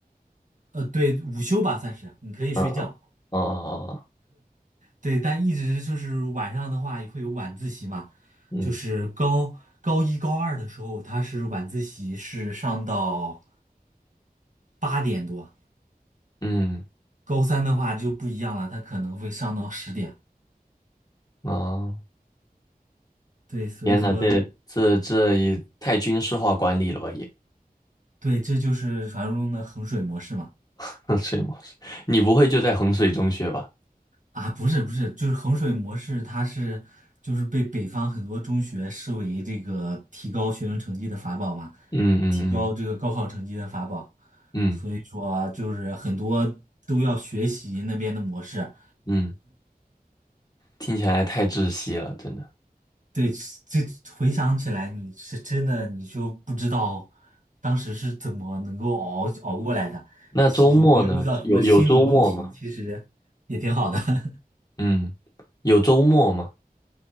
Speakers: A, on the right (about 55°); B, on the left (about 25°).
A: 呃，对，午休吧算是，你可以睡觉。
B: 嗯啊
A: 对，但一直就是晚上的话也会有晚自习嘛，
B: 嗯，
A: 就是高高一高二的时候，他是晚自习是上到八点多，
B: 嗯
A: 高三的话就不一样了，他可能会上到十点。
B: 啊，
A: 对，所以说
B: 天呐，这这这也太军事化管理了吧也，
A: 对，这就是传说中的衡水模式嘛。
B: <laughs> 衡水模式，你不会就在衡水中学吧？
A: 啊，不是不是，就是衡水模式，它是就是被北方很多中学视为这个提高学生成绩的法宝嘛，
B: 嗯嗯
A: 提高这个高考成绩的法宝。
B: 嗯嗯
A: 所以说就是很多都要学习那边的模式。
B: 嗯，听起来太窒息了，真的。
A: 对，这回想起来，你是真的你就不知道当时是怎么能够熬熬过来的，
B: 那周末呢？
A: 其实也没有遇到什么心理问题，
B: 有有周末吗？
A: 其实也挺好的。<laughs>
B: 嗯有周末吗？